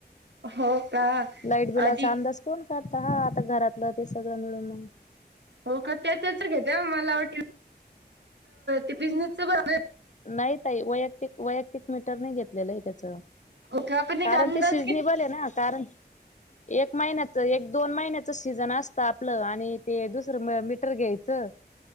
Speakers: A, on the right (about 85°); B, on the left (about 45°).
A: हो का
B: लाईट बिलाचा
A: अधिक
B: अंदाज कोण काढता हा आता घरातलं ते सगळं मिळून मग!
A: हो का त्याचच घेत द्या मला वाट ते बिझनेसच ब!
B: नाहीताई वैयक्तिक वैयक्तिक मीटर नाही घेतलेलं आहे त्याचं! !
A: हो का पण एक
B: कारण
A: अंदाज
B: ते सिझनेबल
A: किती
B: आहे ना कारण एक महिन्याच एक दोन महिन्याच सीजन असतं आपलं आणि ते दुसरं मीटर घ्यायचं